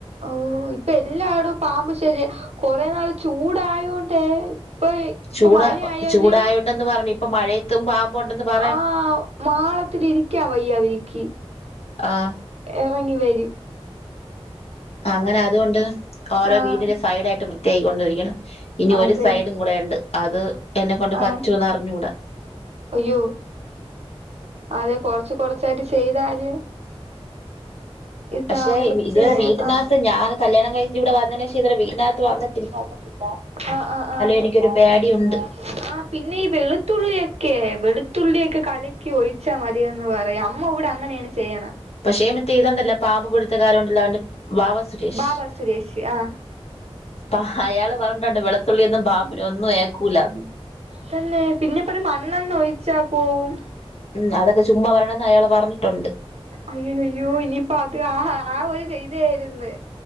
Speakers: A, on the right (about 80°); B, on the left (about 70°).
A: ഓഹ് ഇപ്പൊ എല്ലാടോം പാമ്പു ശല്യ കൊറേ നാള് ചൂടായോണ്ടേ ഇപ്പ ഇപ്പ
B: ചൂട
A: മഴയായാലും
B: ചൂടായുണ്ടന്ന് പറഞ്ഞു ഇപ്പൊ മഴയത്തും പാമ്പൊണ്ടെന്ന് പറ
A: ആഹ് മാളത്തിലിരിക്കാ വയ്യ അവരിക്ക്
B: ആഹ്
A: എറങ്ങി വരും
B: അങ്ങനെ അതുകൊണ്ട് ഓരോ
A: ആഹ്
B: വീടിന്റെ സൈഡായിട്ട് വൃത്തിയാക്കിക്കൊണ്ടിരിക്കണ് ഇനി
A: അതെ
B: ഒരു സൈഡും കൂടെ ഉണ്ട് അത് എന്നെ കൊണ്ട്
A: ആഹ്
B: പറ്റൂന്ന് അറിഞ്ഞുടാ
A: അയ്യോ അതെ കൊറച്ച് കൊറച്ചായിട്ട് ചെയ്താല് ഇതാ
B: പക്ഷെ
A: വൃത്തിയായ
B: ഇതുവരെ വീട്ടിനാത്ത്
A: ആഹ്
B: ഞാൻ കല്യാണം കഴിച്ച് ഇവിടെ വന്നേനേഷം ഇതുവരെ വീടിനാത്ത് വന്ന
A: ന്നിട്ടില്ല ആഹ് ആഹ്
B: എനിക്കൊരു
A: എന്നാല്
B: പേടിയുണ്ട്
A: പിന്നെ ആഹ് പിന്നെ ഈ വെളുത്തുള്ളിയൊക്കെ വെളുത്തുള്ളിയൊക്കെ കലക്കി ഒഴിച്ചാൽ മതി. അന്ന് പറയാ അമ്മ ഇവിടെ അങ്ങനെയാണ് ചെയ്യണ്.
B: പക്ഷേ മറ്റേ ഇതുണ്ടല്ലോ പാമ്പ് പിടുത്തകാരം ണ്ടല്ല അവന്റെ വാവ സുരേഷ്
A: വാവ സുരേഷ് ആഹ്.
B: ആഹ് അയാള് പറഞ്ഞിട്ടുണ്ട് വെളുത്തുള്ളിയൊന്നും പാമ്പിനൊന്നും ഒന്നും ഏക്കൂലന്ന്.
A: തന്നെ പിന്നെ പ്പറിം മണ്ണെണ് ഒഴിച്ചാ പോവും.
B: ഉം അതൊക്കെ ചുമ്മാ പറയുന്നതെന്ന് അയാള് പറഞ്ഞിട്ടുണ്ട്.
A: അയ്യോ അയ്യോ ഇനിയിപ്പോ അത് ആഹ് ഒരു ധൈര്യം ആയിരുന്ന്.